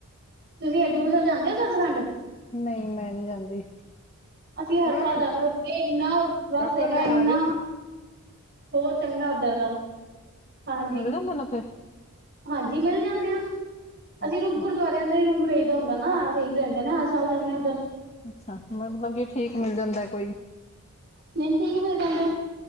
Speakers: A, on the right; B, on the left.
A: ਤੁਸੀਂ ਹਜੂਰ ਸਾਇਬ ਜਾਂਦੇ ਓ ਸਚਖੰਡ?
B: ਨਈ ਮੈਂ ਨੀ ਜਾਂਦੀ।
A: ਅਸੀਂ ਹਰ
B: ਹਮ
A: ਸਾਲ ਜਾਂਨੇ ਆ, ਉੱਥੇ ਇੰਨਾ ਰਸ
B: ਡਾਕਣ
A: ਹੈਗਾ
B: ਨਾ
A: ਇੰਨਾ
B: ਯਾਰ
A: ਬੋਂ ਚੰਗਾ ਉਧਰ ਦਾ, ਹਾਂਜੀ।
B: ਦੱਸੋ ਮੈਨੂ ਫਿਰ
A: ਹਾਂਜੀ ਮਿਲ ਜਾਂਨੇ ਆ। ਅਸੀਂ
B: ਅੱਛਾ
A: ਰੁ ਗੁਰਦੁਵਾਰਿਆਂ ਦਾ ਈ ਰੂਮ ਲਈਦਾ ਹੁੰਦਾ ਨਾ, ਸੀਕ ਲੈਂਦੇ ਆ ਨਾ, ਹਰ ਸਾਲ ਜਾਂਨੇ ਆ ਉੱਧਰ।
B: ਅੱਛਾ ਮਤਲਬ ਕਿ ਠੀਕ ਮਿਲ ਜਾਂਦਾ ਕੋਈ।
A: ਨਈ ਠੀਕ ਮਿਲ ਜਾਂਦਾ।